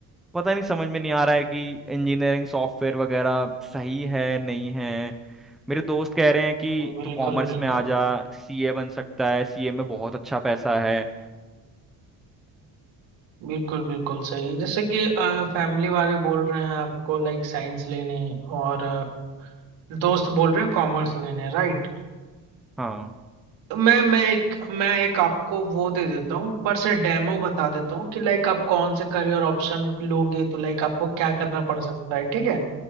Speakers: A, in the centre; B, on the right.
A: पता नहीं समझ में नहीं आ रहा है कि इंजीनियरिंग सॉफ्टवेयर वगैरह सही है नहीं है मेरे दोस्त कह रहे हैं कि
B: बिल्कुल
A: तू कॉमर्स
B: बिल्कुल
A: में आ जा सीए बन सकता है सीए में बहुत अच्छा पैसा है
B: बिल्कुल बिल्कुल सही जैसे कि फैमिली वाले बोल रहे हैं आपको लाइक साइंस लेने और अ, दोस्त बोल रहे हैं कॉमर्स लेने राइट
A: हाँ
B: मैं मैं एक मैं एक आपको वो दे देता हूँ ऊपर से डेमो बता देता हूँ कि लाइक आप कौन से करियर ऑप्शन लोगे तो लाइक आपको क्या करना पड़ सकता है ठीक है